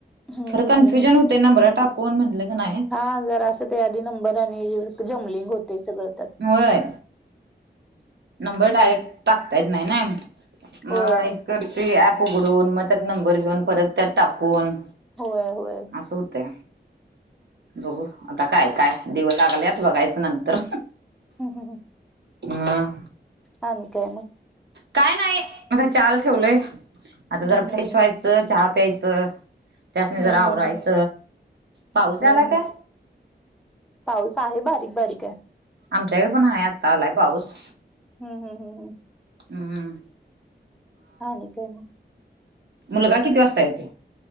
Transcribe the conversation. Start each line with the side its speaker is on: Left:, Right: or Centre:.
Centre: हम्म
Right: खरं
Centre: हम्म
Right: कन्फ्युजन होते ना बरं टाकू म्हटले क नाही
Centre: ह जरा असं ते आधी नंबर आणि जमलिंग होते सगळं त्या
Right: वय नंबर डायरेक्ट टाकता येत नाही ना मग
Centre: होय
Right: क ॲप उघडून मग त्यात नंबर घेऊन परत त्यात टाकून
Centre: होय होय
Right: अस सुते बघू आता काय काय देव लागल्यात बघायचं नंतर
Centre: हम हं हं
Right: हम
Centre: हा नि काय मग
Right: काय नाही आता चाल ठेवलय आता
Centre: हम्म
Right: जरा फ्रेश
Centre: हम्म
Right: व्हाय चहा प्यायचं त्यासने
Centre: हम्म
Right: जरा आवरायच
Centre: हम्म हम्म हम्म
Right: पाऊस आला
Centre: हम्म हम्म
Right: काय
Centre: पाऊस आहे बारीक बारीक आहे
Right: आमच्याकडे पण आहे आत्ता आलाय पाऊस
Centre: हम्म हम् हम् हम्
Right: हम्मम
Centre: आणि काय मग?
Right: मुलगा किती वासता येतोय?